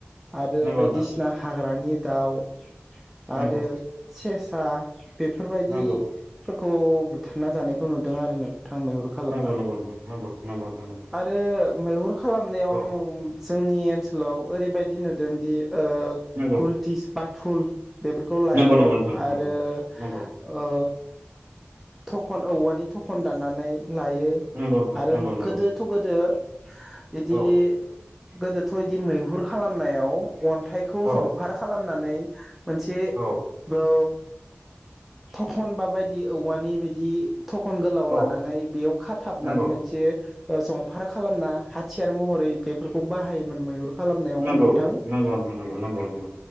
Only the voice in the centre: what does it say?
आरो
बायदिसिना
हाग्रानि दाउ
आरो सेस सा बेफोरबायदि
खौ बुथारना जानायखौ नुदों आरो नों थां मैहुर खालामना।
आरो मैहुर खालामनायाव आं
जोंनि ओनसोल सोलाव ओरैबायदि नुदोंदि
गुलटिस बाथुल बेफोरखौ लायो
आरो
ओ थखन औवानि थखन दाननानै लायो।
आरो
गोदोथ' गोदो बिदि
गोदोथ' मैहुर खालामनायाव अन्थाइखौ
जंफार खालाम नानै मोनसे
बौ थखनबा बायदि औवानि बिदि थखन गोलाव
लानानै बेयाव खाथाब
नानै मोनसे ओ जंफार खालामना हाथियार महरै बेफोरखौ बाहायोमोन मैहुर खालामनायाव
नोंथां